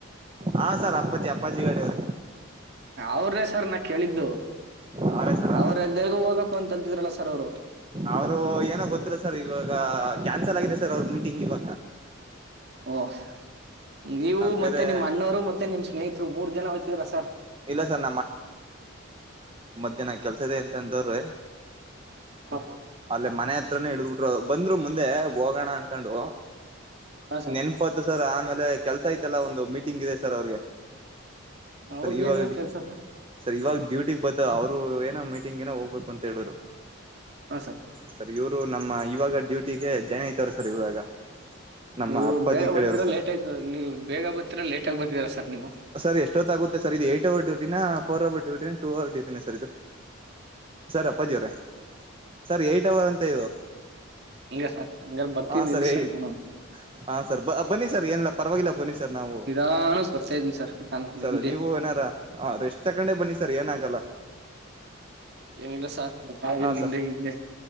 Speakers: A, on the right; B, on the right.
A: ಹಾ ಸರ್ ಅಪ್ಪಾಜಿ ಅಪ್ಪಾಜಿ ಗಡವ್ರೆ
B: ಅವ್ರನೇ ಸರ್ ನಾ ಕೇಳಿದ್ದು
A: ಅವರೇ ಸರ್
B: ಅವ್ರ ಎಂದೆರಿಗೂ ಹೋಗ ಕ ಅಂತಂದಿದ್ರಲ್ಲ ಸರ್ ಅವರು
A: ಅವರು ಏನೋ ಗೊತ್ತಿಲ್ಲ ಸರ್ ಇವಾಗ ಕ್ಯಾನ್ಸಲ್ ಆಗಿದೆ ಸರ್ ಅವ್ರ ಮೀಟಿಂಗ್ ಇವ
B: ವಓಹ ನೀವು
A: ಬೇರೆ
B: ಮತ್ತೆ ನಿಮ್ಮ್ ಅಣ್ಣವರು ಮತ್ತೆ ನಿಮ್ಮ್ ಸ್ನೇಹಿತರು ಮೂರ್ ಜನ ಸಲ್ಲ ಸರ್.
A: ಇಲ್ಲ ಸರ್ ಇದ ನ ಕೆಲ್ಸದೇ ಎಂತ ಅಂದವ್ರೆ.
B: ಹಾ
A: ಅಲ್ಲೇ ಮನೆ. ತ್ರ ಇಳ್ದ್ಬಿಟ್ರು ಬಂದ್ರು ಮುಂದೆ ಹೋಗೋಣ ಅನ್ಕೊಂಡು.
B: ಸರ್
A: ನೆನ್ಪತ್ತು ಸರ್ ಆಮ. ಆಮೇಲೆ ಕೆಲ್ಸ ಐತಲ್ಲ ಒಂದು ಮೀಟಿಂಗ್ ಇದೆ ಸರ್ ಅವ್ರಿಗೆ. ಸರಿ
B: ಅವ್ರಗೇನು
A: ಇವಾಗ
B: ಕೆಲ್ಸ
A: ಸರಿ ಇವಾಗ ಡ್ಯೂಟಿ. ಿಗೆ ಬತ ಅವರು ಏನೋ ಮೀಟಿಂಗ್ ಏೋ ಹೋಗ್ಬೇಕು ಅಂತ ಹೇಳಿದ್ರು.
B: ಹಾ ಸಾಕ.
A: ಸರ್ ಇವ್ರು ನಮ್ಮ ಇವಾಗ ಡ್ಯೂಟಿಗೆ ಜಾಯ್ನ್ ಐತಾರ ಸರ್ ಇವಾಗ. ನಮ್ಮ
B: ನೀವು
A: ಅಪ್ಪಾಜಿ
B: ಬೇಗ
A: ಕಡೆಯವರು
B: ಬರ್ತೀರಾ
A: ಸರ್
B: ಲೇಟ್ ಆಯ್ತ ನೀವು ಬೇಗ ಬರ್ತೀರಾ ಲೇಟ್ ಆಗ ಬರ್ತೀರಾ ಸರ್ ನೀವು.
A: ಸರ್ ಎಷ್ಟೊತ್ತ ಆಾಗುತ್ತೆ ಸರ್ ಇದು ಏಟ್ ಅವರ್ ಡೂಟಿನ. ಫೋರ್ ಅವವರ್ ಡಿಟೀನಿ ಟೂ ಅವರ್ ಡಿಟೀನಿ ಸರ್ ಇದು ಸರ್ ಅಪ್ಪಾಜಿಯವರೇ ಸರ್ ಏ್ಟಟ್ ಅವರ್ ಅಂತ ಇದು.
B: ಹಿಂಗ ಸಾತ ಹಂಗ ಬರ್ತೀಿ
A: ಹಾ
B: ನೀ
A: ಸರ್
B: ನಾನು.
A: ಹಾ ಸರ್ ಬನ್ನಿ ಸರ್. ಏನ ಪರವಾಗಿಲ್ಲ ಬನ್ನಿ ಸರ್ ನಾವು.
B: ನಿಧಾನಕ್ ಬರ್ತಾ ಇದೀನಿ ಸರ್ ನಾನು
A: ಸರ
B: ಹಿಂದೆ
A: ನೀವು ಏನಾರ ಎಷ್ಟ್ ತಗೊಂಡೆ ಬನ್ನಿ. ಸರಿ ಏನಾಗಲ್ಲ.
B: ಏನಿಲ್ಲ ಸಾರ್ ಗತ್ತ
A: ಹಾ
B: ನಿಿಂದೆ
A: ಸರ್
B: ಹಿಂದೆ